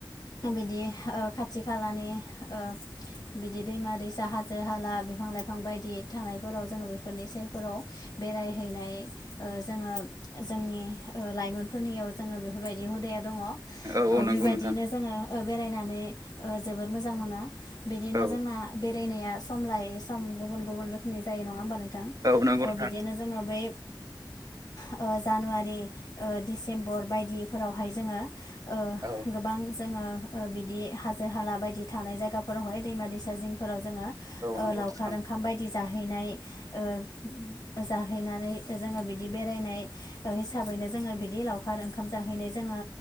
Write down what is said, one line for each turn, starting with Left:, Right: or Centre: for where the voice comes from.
Left: बिदि ओ खाथि खालानि ओ। बिदि दैमा दैसा हाजो हाला बिफां लाइफां बायदि थानायफोराव जोङो बेफोरनि सेरफोराव। बेरायहैनाय ओ जोङो। जोंनि लाइमोनफोरनियाव जोङो बेफोरबायदि हुदाया दङ। ओ
Right: औ औ नंगौ
Left: बेबायदिनो
Right: नोंथां
Left: जोङो बेरायनानै ओ जोबोर मोजां मोना, बिदिनो
Right: औ
Left: जोंना बेरायनाया सम लायै सम गुबुन गुबुन रोखोमनि जायो नङा होमबा नो थां
Right: औ नंगौ नोंथां
Left: बिदिनो जोङो बै। ओ जानुवारि ओ डिसेम्बर बायदिफोरावहाय जोङो। ओ
Right: औ औ
Left: गोबां जोङो। ओ बिदि हाजो हाला बायदि थानाय जायगाफोरावहाय दैमा दैसा जिंफोराव जोङो ओ
Right: नंगौ
Left: लावखार
Right: नोंथां
Left: ओंखाम। ओंखाम बायदि जाहैनाय ओ जाहैनानै जोङो बिदि बेरायनाय, ओ हिसाबैनो जोङो बिदि लावखार ओंखाम जाहैनाय जोङो